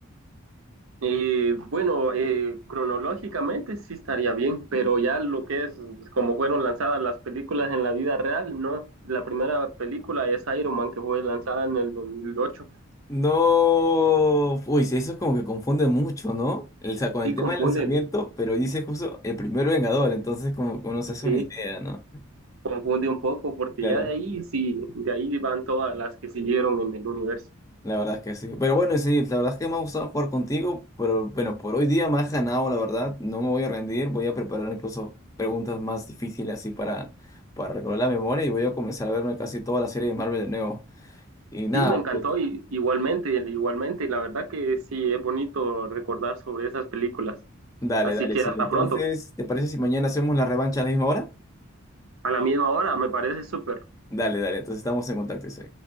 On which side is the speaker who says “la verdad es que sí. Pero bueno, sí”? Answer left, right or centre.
Left